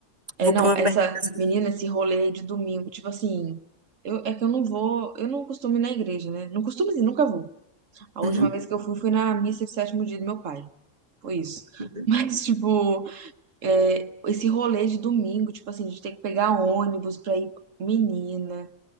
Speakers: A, on the right (about 75°); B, on the right (about 30°).
A: É,
B: Vou
A: não,
B: pra uma
A: essa
B: perto de casa.
A: menina, esse rolê aí de domingo, tipo assim, eu, é que eu não vou, eu não costumo ir na igreja, né? Não costumo assim, nunca vou. A última
B: Uhum,
A: vez que eu fui foi na missa de sétimo dia do meu pai. Foi isso.
B: uhum.
A: <laughs> Mas, tipo, é, esse rolê de domingo, tipo assim, de ter que pegar ônibus pra ir, menina.